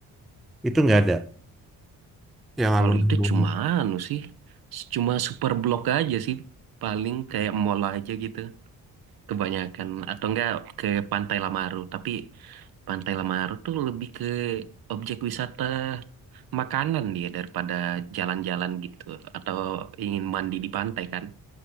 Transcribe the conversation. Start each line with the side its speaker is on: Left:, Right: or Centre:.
Centre: Itu nggak ada. Yang
Right: Kalau
Centre: alun-alun.
Right: itu cuma anu sih, cuma super blok aja sih, paling kayak mall aja gitu, kebanyakan atau enggak ke Pantai Lamaru. Tapi Pantai Lamaru tuh lebih ke objek wisata makanan dia daripada jalan-jalan gitu, atau ingin mandi di pantai kan.